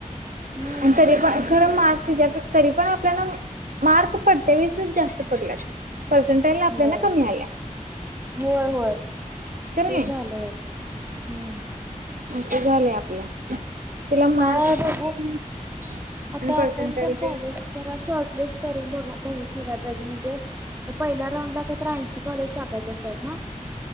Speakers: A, on the right; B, on the right.
A: हम्म
B: आणि तरी पण खरं मार् त्याच्या तरी पण आपल्याला मार्क पडतेवीसच जास्त पडलात पर्सेंटेज आपल्याला
A: होय
B: कमी आल्या
A: होय होय
B: का
A: ते
B: नाही
A: झालंयस हम्म
B: असं झालंय आपलं तिला मार्क
A: काय आहे
B: कमी
A: बघू आता
B: आणि पर्सेंटेज
A: आपण पण कॉलेज तर शॉट लिस्ट करून बघा कॉलेज ठेवाय पाहिजे म्हणजे पहिल्या राऊंडला काय तर ऐशी कॉलेज टाक <unintelligible>